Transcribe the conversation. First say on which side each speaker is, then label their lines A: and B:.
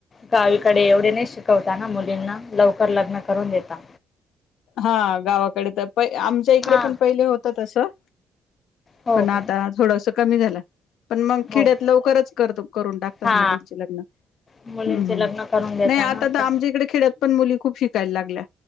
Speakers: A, on the left; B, on the left.
A: गावीकडे एवढे नाही शिकवता ना मुलींना. लवकर लग्न करून देता.
B: हा गावाकडे त प, आमच्या इकडे
A: हा.
B: पण पहिले होत तसं.
A: हो
B: पण आता
A: का
B: थोडस कमी झालं. पण मग खिड्यात
A: हो
B: लवकरच करत, करून टाकतात
A: हा
B: मुलींचे लग्न.
A: मुलींचे
B: हम्म हम्म.
A: लग्न करून देता
B: नाही आता
A: ना
B: त
A: ते
B: आमच्या इकडे खेड्यात पण मुली खूप शिकायला लागल्या.